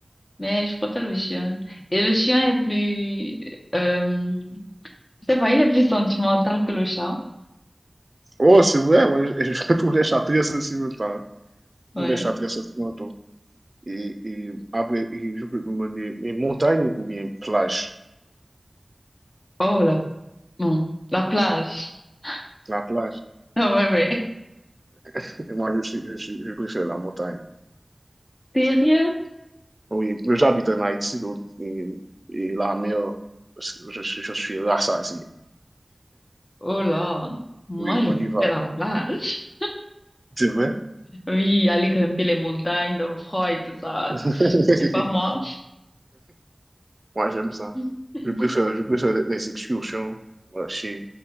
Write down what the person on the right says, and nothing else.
Oh, c'est vrai, ouais, <laughs> je, je trouve les chats très sentimentaux.
Tous les chats très sentimentaux. Et, et après, et je peux te demander, mais montagne ou, ou bien plage?
La plage.
<laughs> Et moi, je, suis, je, suis- je préfère la montagne.
Oui, j'habite en Haïti, donc, et, et la mer, je, suis- je suis rassasié.
Oui,
on y va.
C'est vrai?
<laughs>
Moi, j'aime ça.
Je préfère, je préfère les les excursions, marcher